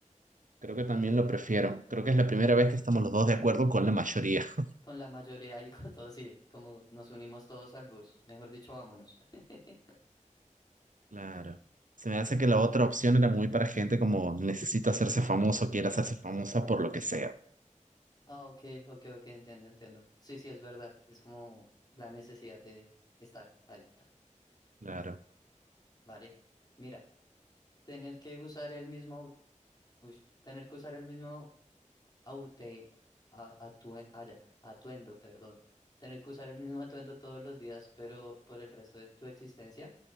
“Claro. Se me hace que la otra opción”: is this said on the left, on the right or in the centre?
Right